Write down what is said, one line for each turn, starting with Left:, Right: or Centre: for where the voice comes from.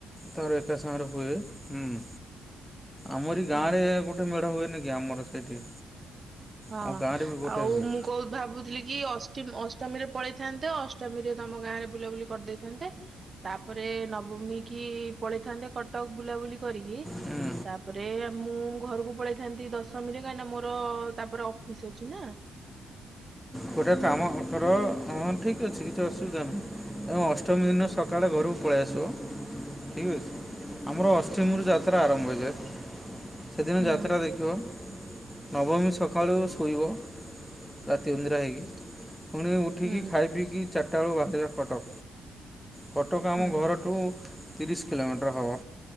Centre: ତାର ଏକା ସାଙ୍ଗରେ ହୁଏ। ହୁଁ। ଆମରି ଗାଁ
Right: ହୁଁ
Centre: ରେ ଗୋଟେ ମେଢ ହୁଏନି କି, ଆମର ସେଇଠି।
Right: ହଁ,
Centre: ଆମ ଗାଁରେ ବି ଗୋଟେ
Right: ଆଉ
Centre: ହୁଏ।
Right: ମୁଁ କଉ ଭାବୁଥିଲି କି! ଅଷ୍ଟିମି ଅଷ୍ଟ ଅଷ୍ଟମୀରେ ପଳେଇଥାନ୍ତ। ଅଷ୍ଟମୀରେ ତମ ଗାଁରେ ବୁଲାବୁଲି କରିଦେଇଥାନ୍ତେ। ତାପରେ ନବମୀ କି ପଳେଇଥାନ୍ତେ, କଟକ ବୁଲାବୁଲି କରିକି।
Centre: ହୁଁ
Right: ତାପରେ ମୁଁ ଘରକୁ ପଳେଇଥାନ୍ତି, ଦଶମୀରେ କାହିଁକିନା ମୋର ତାପରେ ଅଫିସ ଅଛିନା।
Centre: ଗୋଟା ତ ଆମ ଅଠର ହଁ ଠିକ୍ ଅଛି କିଛି ଅସୁବିଧା ନାହିଁ। ଆ ଅଷ୍ଟମୀ ଦିନ ସକାଳେ ଘରକୁ ପଳେଇ ଆସିବ। ଠିକ୍ ଅଛି। ଆମର ଅଷ୍ଟମୀରୁ ଯାତ୍ରା ଆରମ୍ଭ ହୋଇଯାଏ। ସେଦିନ
Right: ହୁଁ
Centre: ଯାତ୍ରା ଦେଖିବ। ନବମୀ ସକାଳୁ ଶୋଇବ। ରା ତି ଅନିଦ୍ରା ହେଇକି। ପୁଣି ଉଠିକି
Right: ହୁଁ
Centre: ଖାଇ ପିଇକି ଚାରିଟା ବେଳୁ ବାହାରିବା କଟକ। କଟକ ଆମ
Right: ହୁଁ
Centre: ଘରଠୁ ତିରିଶ କିଲୋମିଟର ହେବ।